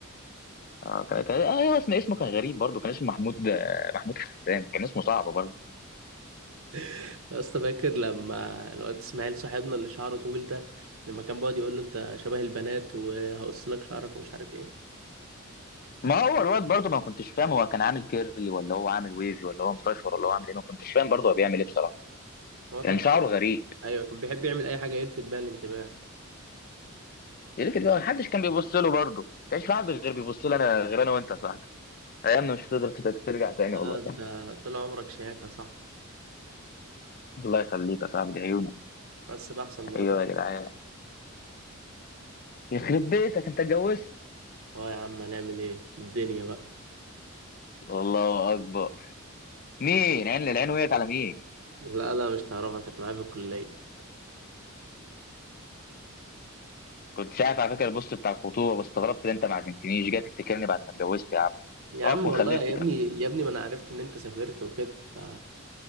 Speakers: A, on the left (about 45°); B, on the right (about 75°).
A: اه كان كان- آه، اسمه اسمه كان غريب برضه كان اسمه محمود آه، محمود حسان كان اسمه صعب برضه
B: <laughs> يا اسطى فاكر لما الواد اسماعيل صاحبنا اللي شعره طويل ده لما كان بيقعد يقول له انت شبه البنات وهقص لك شعرك ومش عارف ايه
A: ما هو الواد برضه ما كنتش فاهم هو كان عامل كيرلي ولا هو عامل ويف ولا هو مستشفر ولا هو عامل ايه ما كنتش فاهم برضه هو بيعمل ايه بصراحه
B: هو
A: كان
B: كان
A: شعره غريب
B: ايوه كان بيحب يعمل اي حاجه يلفت بيها الانتباه
A: لكن ما حدش كان بيبص له برضه ما كانش في حد غير بيبص له انا غير انا وانت يا صاحبي ايامنا مش هتقدر تت- ترجع تاني
B: اه
A: والله يا
B: انت
A: صاحبي
B: طول عمرك شياكة يا صاحبي
A: الله يخليك يا صاحبي دي عيونك
B: بس بقى احسن مرات
A: ايوه يا جدعان يخرب بيتك انت اتجوزت
B: اه يا عم هنعمل ايه الدنيا بقى
A: الله اكبر مين عين للعين وقعت على مين
B: لا لا مش تعرفها كانت معايا في الكلية
A: كنت شايف على فكره البوست بتاع الخطوبه بس استغربت ان انت ما عزمتنيش جاي تفتكرني بعد ما اتجوزت يا عم
B: يا
A: واكون
B: عم والله
A: خلفت
B: يا
A: كمان
B: ابني يا ابني ما انا عرفت ان انت سافرت وكده ف